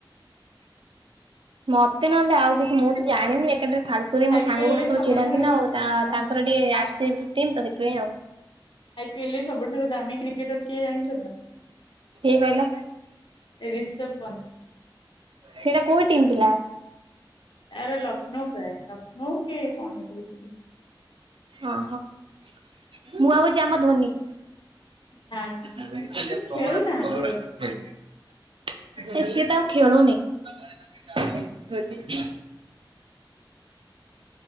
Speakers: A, on the right (about 80°); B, on the left (about 70°).
A: ମତେ ନହେଲେ ଆଉ କିଛି ମୁଁ ତ ଜାଣିନି ବେକାର ଟାରେ ଫାଲ ତୁ ବି ମୋ
B: ଆଇପିଏଲ
A: ସାଙ୍ଗ ଗୁଡା
B: ରେ
A: ସବୁ
B: ସବୁଠାରୁ
A: ଚିଡାନ୍ତି ନା ଆଉ ତା
B: ହଁ
A: ତାଙ୍କର ଟିକେ
B: ଆ
A: ଆର ସି ବି ଟିମ୍ ତ ସେଥିପାଇଁ ଆଉ।
B: ଆଇ ପି ଏଲ ରେ ସବୁଠାରୁ ଦାମୀ କ୍ରିକେଟର କିଏ ଜାଣିଛ ନା
A: କିଏ କହିଲ
B: ରିଷଭ ପନ୍ତୀ।
A: ସେଇଟା କୋଉ ଟିମ୍ ପିଲା?
B: ଆରେ ଲକ୍ଷ୍ନୌ ପ୍ରାୟ ଲକ୍ଷ୍ନୌ କି କଣ ଗୋଟେ ହେଇଥିବ।
A: ଓ ହୋ ମୁଁ ଭାବୁଛି ଆମ ଧୋନି।
B: ନା ନା
A: <inaudible>
B: ସେ
A: ତମର
B: ଖେଳୁନାହାନ୍ତି
A: ତ ସବୁବେଳେ
B: ବୋଧେ।
A: ଖାଲି ଧୋନି। ହେଇ ହେ ସେଇଟା ଆଉ ଖେଳୁନି। <inaudible> ଧୋନି ହୁଁ।